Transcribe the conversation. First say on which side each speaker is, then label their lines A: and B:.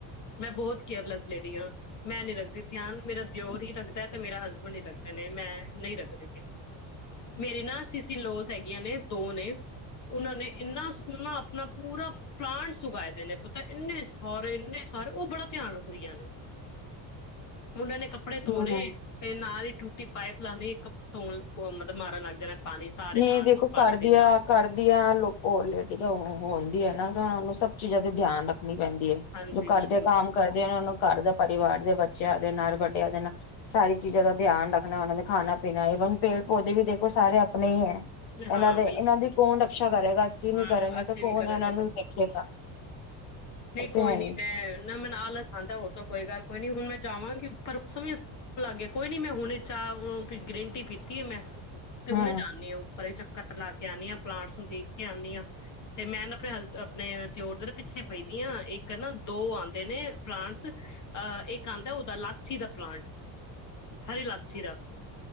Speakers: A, on the left; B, on the left.
A: ਮੈਂ ਬਹੁਤ ਕੇਅਰਲੈਸ ਲੇਡੀ ਹਾਂ ਮੈਂ ਨੀ ਰੱਖਦੀ ਧਿਆਨ ਮੇਰਾ ਦਿਓਰ ਹੀ ਰੱਖਦਾ ਤੇ ਮੇਰਾ ਹਸਬੈਂਡ ਹੀ ਰੱਖਦੇ ਨੇ ਮੈਂ ਨਹੀਂ ਰੱਖਦੀ ਧਿਆਨ ਮੇਰੀ ਨਾ ਸੀਸੀ ਲੋਸ ਹੈਗੀਆਂ ਨੇ ਦੋ ਨੇ। ਉਹਨਾਂ ਨੇ ਇੰਨਾ ਸੋਹਣਾ ਆਪਣਾ ਪੂਰਾ ਪਲਾਂਟਸ ਉਗਾਏ ਦੇ ਨੇ ਪੁਤਾ ਇੰਨੇ ਸਾਰੇ ਇੰਨੇ ਸਾਰੇ ਉਹ ਬੜਾ ਧਿਆਨ ਰੱਖਦੀਆਂ ਨੇ। ਓਹਨਾ ਨੇ ਕੱਪੜੇ ਧੋਣੇ
B: ਹੂੰ,
A: ਤੇ ਨਾਲ ਹੀ ਟੁੱਟੀ ਪਾਈਪ ਲਾਉਣੀ ਇੱਕ ਧੋਣ ਮਤਲਬ ਮਾਰਨ ਲੱਗ ਜਾਣਾ ਏ। ਪਾਣੀ ਸਾਰੇ
B: ਨਹੀਂ
A: ਪਲਾਂਟਸ
B: ਦੇਖੋ
A: ਨੂੰ ਪਾਣੀ
B: ਘਰ
A: ਦੇਣਾ
B: ਦੀਆਂ ਘਰ ਹੋਰ ਲੇਡੀ ਤਾਂ ਹੋਣਦੀ ਹੈ ਨਾ ਉਹ ਨੂੰ ਸਭ ਚੀਜ਼ਾਂ ਤੇ ਧਿਆਨ ਰੱਖਦੀ ਪੈਂਦੀ ਹੈ
A: ਹਾਂਜੀ
B: ਜੋ ਘਰਦੇ
A: ਬਿਲਕੁਲ
B: ਕੰਮ ਕਰਦੇ ਉਹਨ ਨੂੰ ਘਰ ਦਾ ਪਰਿਵਾਰ ਦੇ ਬੱਚਿਆਂ ਦੇ ਨਾਲ ਵੱਡਿਆਂ ਦੇ ਨਾਲ ਸਾਰੀ ਚੀਜ਼ਾਂ ਦਾ ਧਿਆਨ ਰੱਖਣਾ ਉਹਨਾਂ ਦਾ ਖਾਣਾ ਪੀਣਾ ਵਨ ਪੇੜ ਪੌਦੇ ਵੀ ਦੇਖੋ ਸਾਰੇ ਆਪਣੇ ਨਹੀਂ ਹੈ
A: ਹਾਂ
B: ਇਹਨਾਂ ਦੇ
A: ਬਿਲਕੁਲ
B: ਇਹਨਾਂ ਦੀ
A: ਬਿਲਕੁਲ
B: ਕੌਣ ਰਕਸ਼ਾ ਕਰੇਗਾ ਅਸੀਂ ਨੀ
A: ਹਾਂ
B: ਕਰਾਂਗੇ
A: ਅਸੀਂ
B: ਤਾਂ ਕੌਣ
A: ਨ ਕਰਾਂਗੇ
B: ਇਹਨਾਂ ਨੂੰ ਦੇਖੇਗਾ
A: ਨਹੀਂ
B: ਉਹ ਤੇ
A: ਕੋਈ
B: ਹੈ
A: ਨੀ
B: ਹੀ
A: ਮੈਂ ਨਾ ਮੈ ਆਸਾਂਦਾ ਹੋਰ ਤਾਂ ਕੋਈ ਗੱਲ ਕੋਈ ਨੀ ਹੁਣ ਮੈਂ ਜਾਵਾਂਗੀ ਉਪਰ ਉਸ ਸਮੇਂ <inaudible> ਨਹੀ ਮੈਂ ਹੁਣੇ ਚਾਹ ਗ੍ਰੀਨ ਟੀ ਪੀਤੀ ਹੈ ਮੈਂ। ਤੇ ਹੁਣੇ
B: ਹਮ
A: ਜਾਣੇ ਆ। ਚੱਕਰ ਲਾ ਕੇ ਆਣੀ ਹਾਂ ਪਲਾਂਟਸ ਨੂੰ ਦੇਖ ਕੇ ਆਣੀ ਹਾਂ ਤੇ ਮੈਂ ਨਾ ਆਪਣੇ ਹਸ ਆਪਣੇ ਦਿਓਰ ਦੇ ਪਿੱਛੇ ਪਈ ਦੀ ਆਂ ਇੱਕ ਨਾ ਦੋ ਆਉਂਦੇ ਨੇ ਪਲਾਂਟਸ। ਆ ਇੱਕ ਆਂਦਾ ਉਹਦਾ ਲਾਚੀ ਦਾ ਪਲਾਂਟ ਹਰੀ ਲਾਚੀ ਦਾ